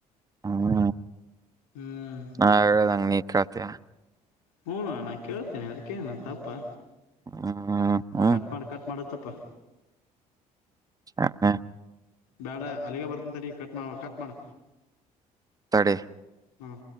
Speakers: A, on the right; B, on the left.
A: ಹ್ಮ
B: ಹ್ಮ್
A: ನಾ ಹೇಳದಂಗ ನೀ, ಕತ್ ಯ
B: ಹೂಣ ನಾ ಕೇಳ್ತೇನೆ, ಅದಕೆನಾ ತಪ್ಪಾ?
A: ಹ್ಮ್ ಹ್ಮ್
B: ಕಟ್ ಮಾಡ್ ಕಟ್ ಮಾಡ್ ಪ್ ಹಾ
A: ಹ್ ಹ್ಹೇ
B: ಬೇಡ ಅಲ್ಲಿಗೆ ಬರ್ತಂತಡಿ, ಕಟ್ ಮಾಡ್ ಕಟ್ ಮಾಡ್.
A: ತಡೆ
B: ಹ್ಮ್